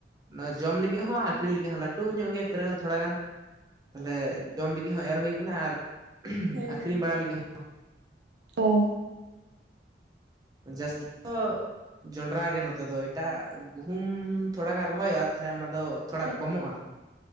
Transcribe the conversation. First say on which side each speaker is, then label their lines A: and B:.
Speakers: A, on the right; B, on the right.
A: ᱚᱱᱟ ᱡᱚᱢ ᱞᱟᱹᱜᱤᱫ ᱦᱚᱸ ᱟᱹᱠᱷᱨᱤᱧ ᱞᱟᱹᱜᱤᱫ ᱦᱚᱸ ᱞᱟᱹᱴᱩ ᱧᱚᱜ ᱜᱮᱭᱟ ᱠᱷᱟᱹᱨᱟᱹᱭ ᱦᱚᱸ ᱛᱷᱚᱲᱟ ᱜᱟᱱ᱾ ᱛᱟᱦᱞᱮ ᱡᱚᱢ ᱞᱟᱹᱜᱤᱫ ᱦᱚᱸ ᱮᱨ ᱦᱩᱭᱠᱟᱱᱟ ᱟᱨ
B: ᱦᱮᱸ
A: ᱟᱠᱷᱨᱤᱧ
B: ᱦᱮᱸ
A: ᱵᱟᱲᱟ ᱞᱟᱹᱜᱤᱫ
B: ᱚ
A: ᱡᱟᱹᱥᱛᱤ <unintelligible> ᱫᱚ ᱡᱚᱱᱰᱨᱟ ᱜᱮ ᱱᱚᱛᱮ ᱫᱚ ᱮᱴᱟᱜ ᱜᱩᱦᱩᱢ ᱛᱷᱚᱲᱟ ᱜᱟᱱ ᱨᱚᱦᱚᱭᱚᱜᱼᱟ ᱛᱟᱦᱚᱞᱮ ᱚᱱᱟ ᱫᱚ ᱛᱷᱚᱲᱟ
B: ᱦᱮᱸ
A: ᱠᱚᱢᱚᱜᱼᱟ᱾